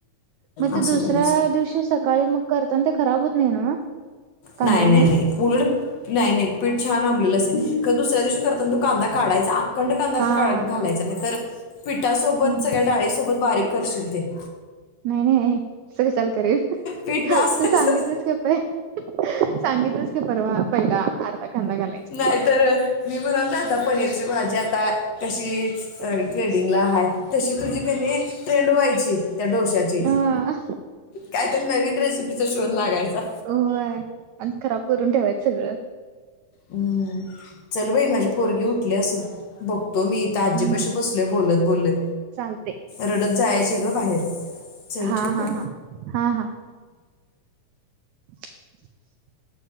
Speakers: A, on the right; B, on the left.
A: मग ते
B: असं
A: दुसऱ्या
B: करायचं
A: दिवशी सकाळी मग करताना ते खराब होत नाही ना म कांद्यामुळ
B: नाही नाही नाही नाही नाही पीठ छान आंबलेलंच आहे दुसऱ्या दिवशी करताना तो कांदा काढायचा. खंड कांदा
A: हा
B: घालायचा
A: हा.
B: नाही तर पिठासोबत
A: हा
B: सगळ्या डाळीसोबत बारीक करशील ते
A: नाही नाही स का चाल करेल
B: पीठ नासायचं
A: तू सांगितलंस का उपाय सांगितलंच. परवा पहिला अर्धा कांदा घालायचा.
B: नाहीत मी म्हणून राता पनीरची भाजी आ स कशी ट्रेडिंगला हाय तशी तुझी क ट्रेंड व्हायची त्या डोश्याची
A: हा.
B: कायत नवी ड्रेस शोध लागायचा
A: होय आणि खराब करून ठेवायचं सगळं
B: हम्म चल बाई माझे पोरगी उठले असे बघ तो मीथ आजीपाशी
A: हम्म.
B: बसले बोलत बोलत
A: चालते
B: रडत जायची. ग बाहेर चल
A: हा
B: ठेऊ
A: हा
B: का.
A: हा हा हा. <unintelligible>